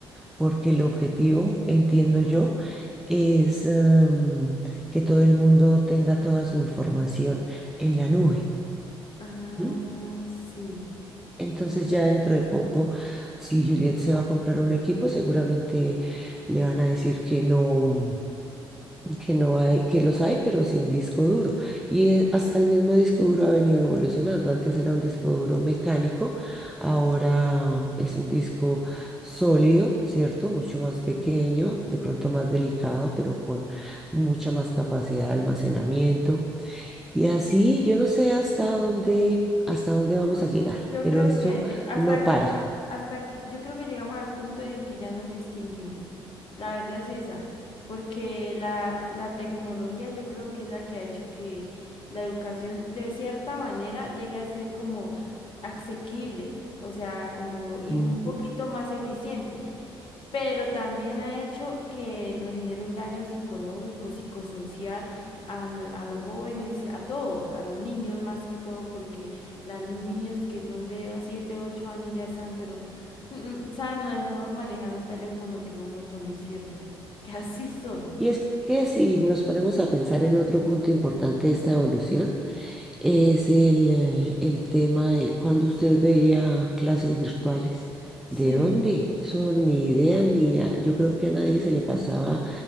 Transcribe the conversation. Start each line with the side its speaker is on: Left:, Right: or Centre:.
Centre: porque el objetivo, entiendo yo, es em, que todo el mundo tenga toda su información en la nube.
Left: Ah,
Centre: ¿no?
Left: sí.
Centre: Entonces ya dentro de poco, si Juliet se va a comprar un equipo, seguramente le van a decir que no. que no hay, que los hay, pero sin disco duro. Y eh, hasta el mismo disco duro ha venido evolucionando. Antes era un disco duro mecánico, ahora es un disco sólido, ¿cierto? Mucho más pequeño,
Left: Mm.
Centre: de pronto más delicado, pero con mucha más capacidad de almacenamiento. Y así, yo no sé hasta dónde, hasta dónde vamos
Left: Mm,
Centre: a llegar,
Left: yo
Centre: pero
Left: creo
Centre: esto
Left: que hasta
Centre: no
Left: que
Centre: para.
Left: nos, hasta que, yo creo que llegamos al punto en que ya nos distinguimos. La verdad es esa, porque la, la tecnología yo creo que es la que ha hecho que la educación de cierta manera llegue a ser como asequible, o sea, como y
Centre: Ujú.
Left: un poquito más eficiente. pero también ha hecho que nos genere un daño psicológico, psicosocial a, nue- a los jóvenes, a todos, a los niños más que todo, porque los niños que son de siete ocho años ya están, pero mm, mm, saben mejor manejar un teléfono que uno con decirle que así son.
Centre: Y es que si nos ponemos a pensar en otro punto importante de esta evolución, es el, eh, el tema de cuando usted veía clases virtuales.
Left: Sí.
Centre: ¿De dónde? Eso ni idea, ni a- yo creo que a nadie se le pasaba